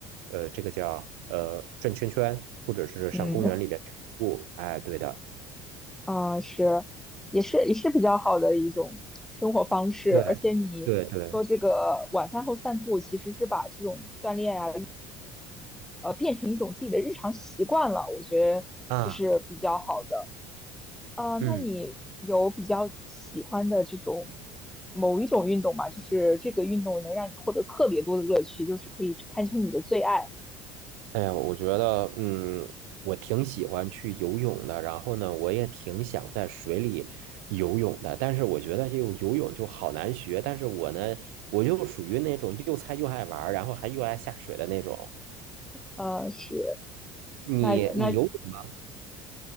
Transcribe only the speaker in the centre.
嗯
啊，是，也是也是比较好的一种生活方式。
而且你说这个晚饭后散步，
其实是把这种锻炼啊，呃，变成一种自己的日常习惯了，我觉得这是比较好的。
呃，
那你有比较喜欢的这种某一种运动吗？就是这个运动能让你获得特别多的乐趣，就是可以堪称你的最爱。
呃，是，
那那